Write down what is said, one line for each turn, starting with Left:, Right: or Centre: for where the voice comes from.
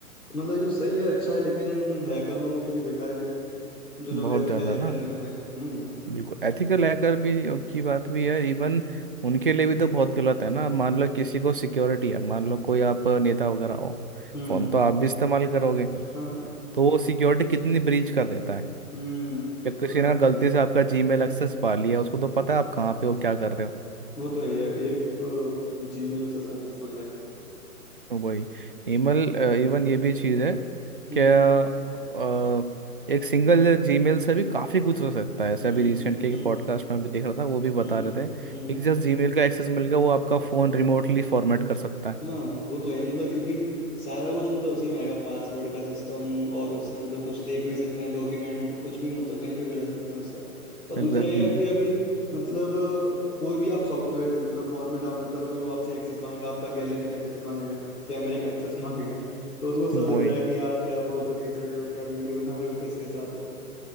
Left: मतलब ये सही है अच्छा है लेकिन हैकर लोगों के लिए बेकार भी है जो लोग
Right: बहुत
Left: एथिकल
Right: ज़्यादा
Left: हैकर
Right: ना
Left: नहीं होते हम्म
Right: बिल्कुल एथिकल हैकर भी की बात भी है इवन उनके लिए भी तो बहुत गलत है ना मान लो किसी को सिक्योरिटी है मान लो कोई आप नेता वगैरह हो
Left: हम्म
Right: फोन तो आप भी इस्तेमाल करोगे
Left: हाँ
Right: तो वो सिक्योरिटी कितनी ब्रीच कर देता है
Left: हम्म
Right: या किसी
Left: वो तो
Right: ने गलती से आपका जीमेल एक्सेस पा लिया उसको तो पता है आप कहाँ पे हो क्या कर रहे हो
Left: वो तो है ही है एक जीमेल से सब कुछ खुल जाएगा
Right: वही ईमेल इवन ये भी चीज़ है
Left: हम्म
Right: क्या अ, एक सिंगल जीमेल से भी काफ़ी कुछ हो सकता है ऐसा
Left: हम्म
Right: भी रिसेंट के
Left: हम्म
Right: पॉडकास्ट में भी देख रहा था वो भी बता
Left: हम्म हम्म
Right: रहे थे
Left: हम्म।
Right: कि जस्ट जीमेल का एक्सेस मिल गया वो आपका फ़ोन रिमोटली फॉर्मेट कर सकता है
Left: हाँ वो तो है मतलब क्योंकि सारा कुछ मतलब उसी में आएगा पासवर्ड का सिस्टम और उससे मतलब कुछ देख भी सकते हैं डॉक्यूमेंट कुछ भी मतलब कहीं पे भी जा सकते हैं उससे और दूसरा
Right: एग्जैक्टली
Left: यह है कि अभी मतलब अ, कोई भी आप सॉफ्टवेयर ले लो जब फोन में डाउनलोड करोगे वो आपसे एक्सेस मांगेगा आपका गैलरी का एक्सेस मांगेगा कैमरे का एक्सेस मांगेगा तो उसको सब
Right: exactly,
Left: दिख
Right: वही
Left: रहा है कि आप क्या फोटो खींच रहे हो क्या वीडियो बना रहे हो किसके साथ हो